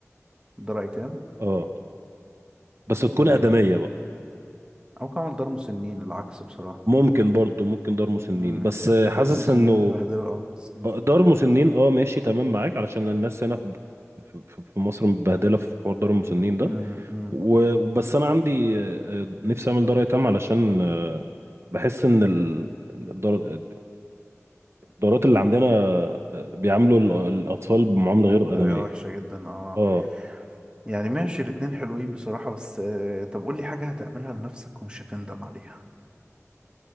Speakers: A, on the right; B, on the right.
A: دار ايتام؟
B: اه بس تكون
A: م-
B: آدمية بقى
A: او كعمل دار مسنين العكس بصراحة
B: ممكن برضو ممكن دار مسنين
A: امم
B: بس آه، حاسس
A: حاسس المسنين
B: انه
A: بيبهدلوا اه مم.
B: آه، دار مسنين اه ماشي تمام معاك علشان الناس هنا في في في مصر متبهدلة في حوار دار المسنين ده
A: امم امم
B: و- وبس انا عندي آه، آه، نفسي اعمل دار ايتام علشان آه، بحس ان ال- الدار- الدارات اللي عندنا آه، بيعاملوا ال- الاطفال بمعاملة غير
A: بطريقة
B: آدمية
A: وحشة جدا اه
B: اه
A: يعني ماشي الاتنين حلوين بصراحة بس آه، طب قول لي حاجة هتعملها لنفسك ومش هتندم عليها